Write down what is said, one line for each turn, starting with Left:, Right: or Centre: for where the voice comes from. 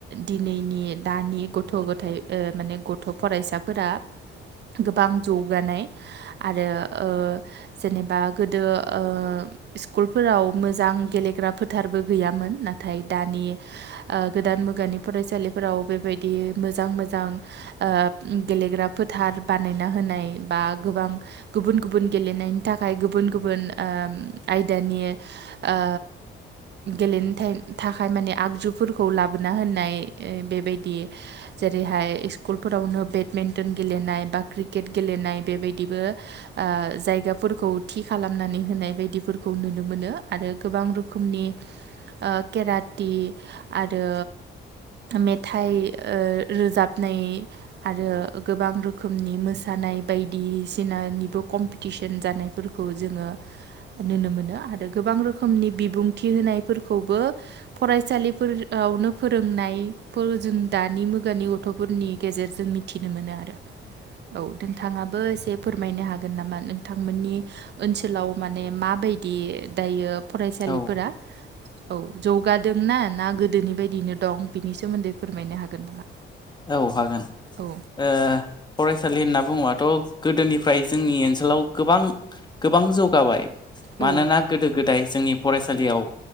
Right: दिनैनि दानि गथ' गथायाइ ओ माने गथ' फरायसाफोरा गोबां जौगानाय आरो ओ जेनेबा गोदो ओ स्कुलफोराव मोजां गेलेग्रा फोथारबो गैयामोन ना नाथाय दानि ओ गोदान मुगानि फरायसालिफोराव बेबायदि मोजां मो मोजां ओ गेलेग्रा फोथार बानायना होनाय बा गोबां गुबुन गुबुन गेलेनायनि थाखाय गुबुन गुबुन गुबुन ओ आयदानि ओ गेलेनो थाइम थाखाय माने आगजुफोरखौ लाबोना होननाय बेबायदि जेरैहाय स्कुलफोरावनो बेडमिन्टन गेलेनाय बा क्रिकेट गेलेनाय बेबायदिबो ओ आ जायगाफोरखौ थि खालामनानै होनाय बायदिफोरखौ नुनो मोनो आरो गोबां रोखोमनि ओ केराटि आरो मेथाइ ओ रोजाबनाय आरो गोबां रोखोमनि मोसानाय बायदिसिनानिबो कमपि थिसन जानायफोरखौ जोङो नुनो मोनो आरो गोबां रोखोमनि बिबुंथि होनायफोरखौबो फरायसालिफोराव नो फोरोंनायफोर जों दानि मु गानि गथ'फोरनि गेजेरजों मिथिनो मोनो आरो औ नोंथाङाबो एसे फोरमायनो हागोन नामा नोंथांमोननि ओनसोलाव माने माबायदि दायो फरायसालिफोरा?
Left: औ
Right: औ जौगादोंना ना गोदोनि बायदिनो दं बिनि सोमोन्दै फोरमायनो हागोन नामा?
Left: औ हागोन
Right: औ
Left: ओ फरायसालि होनना बुङोबाथ' गोदोनिफ्राय जोंनि ओनसोलाव गोबां गोबां जौगाबाय
Right: औ
Left: मानोना गोदो गोदाय जोंनि फरायसालियाव